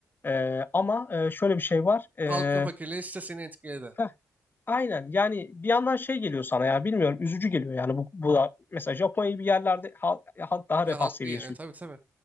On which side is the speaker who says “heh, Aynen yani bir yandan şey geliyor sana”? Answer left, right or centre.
Left